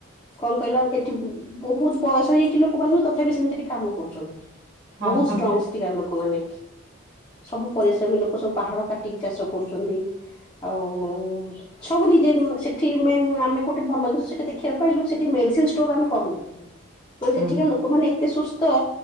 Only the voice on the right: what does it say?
ହଁ
ହଁ
ହୁଁ